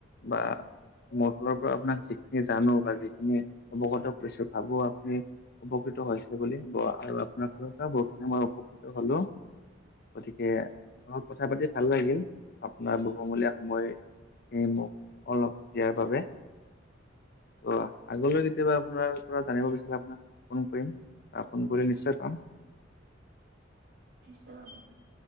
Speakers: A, on the left (about 55°); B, on the right (about 60°).
A: বা
B: হয়
A: মোৰ ফালৰ পৰা আপোনাক যিখিনি জানো বা যিখিনি অৱগত কৰিছো ভাবো আপুনি অ'। টো হৈছে বুলি, ব। আৰু আপোনাৰ
B: হয়
A: ফ, পৰা বহুতখিনি মই উপকৃত হলো গতিকে কথা পাতি ভাল লাগিল, আপোনাৰ বহুমূলীয়া সময় এই মোক অলপ দিয়াৰ বাবে। ত, আগলৈ কেতিয়াবা আপোনাৰ পৰা জানিব বিচাৰে আপোনাক ফোন কৰিম। আহ, ফোন কৰি নিশ্চয় পাম।
B: চাবাব